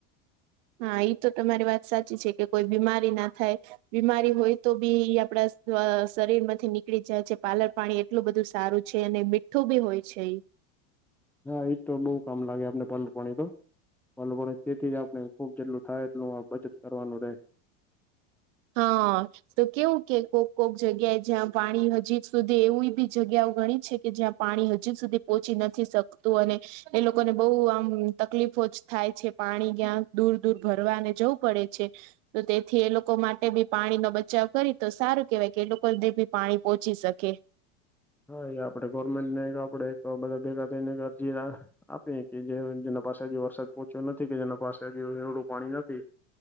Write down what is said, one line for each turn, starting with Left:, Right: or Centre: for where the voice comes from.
Right: હા એ તો તમારી વાત સાચી છે કે કોઈ બીમારી ના થાય બીમારી હોય તો બી આપડા શરીર માંથી નીકળી જાય છે પાલર પાણી એટલું બધું સારું છે અને મીઠું બી હોય છે ઈ.
Centre: હા એજ તો બહુ કામ લાગે આપને પાલક પાણી તો પાલક પાણી તેથી જ આપણે ખુબ જેટલું થાય એટલું આ બચત કરવાનું રહે.
Right: હા. તો કેવું કે કોક કોક જગ્યાએ જ્યાં પાણી હજી સુધી એવી બી જગ્યાઓ ગણી છે કે જ્યાં પાણી હજી સુધી પહોંચી નથી શકતું અને એ લોકોને બહુ આમ તકલીફો જ થાય છે પાણી ક્યાં દૂર-દૂર ભરવાને જવું પડે છે. તો તેથી એ લોકો માટે તે બી પાણીનોો બચાવ કરી તો સારું કેહેવાય કે એ લોકોધ બી પાણી પોહોંચી શકે.
Centre: હા એ આપડે ગવર્મેન્ટ ને આપડે બધા ભેગા થઈને અરજી આપી કે જે જેના પાસે હજ વરસાદ પહોંચ્યો નથી કે જેના પાસે હજ રવડું પાણી નથી